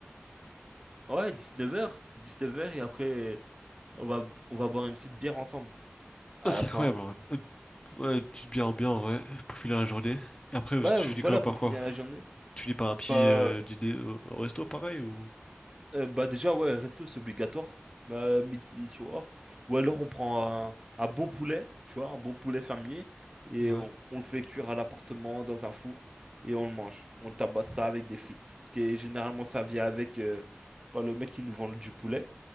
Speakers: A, on the right; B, on the left.
A: ouais, 19h, 19 heures et après on va on va boire une petite bière ensemble à
B: Ah, c'est
A: la fin.
B: incroyable, en vrai. Une, ouais, une petite bière ambiante, ouais, pour finir la journée. Et après,
A: Bah
B: tu
A: voilà
B: finis quoi par
A: pour
B: quoi?
A: finir la journée.
B: Tu lis par un petit
A: Bah
B: euh, dîner au, au resto, pareil, ou...
A: Euh, bah déjà, ouais, resto, c'est obligatoire, euh, midi, soir. Ou alors on prend un, un bon poulet, tu vois, un bon poulet fermier, et
B: Ouais.
A: on, on le fait cuire à l'appartement dans un four, et on le mange. On tabasse ça avec des frites, qui est généralement servi avec euh, par le mec qui nous vend le- du poulet.